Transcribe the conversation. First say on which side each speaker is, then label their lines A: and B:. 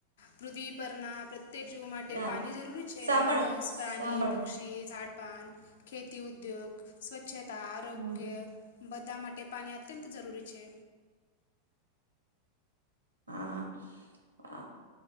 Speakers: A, on the left; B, on the right.
A: પૃથ્વી પરના પ્રત્યેક જીવ માટે
B: હ
A: પાણી જરૂરી છે
B: સાંભળ
A: માનસ પ્રાણી
B: સાંભળ
A: પક્ષી ડપાન ખેતી ઉદ્યોગ સ્વચ્છતા આરોગ્ય
B: હમ
A: બધા માટે પાણી અત્યંત જરૂરી છે?
B: હા હા.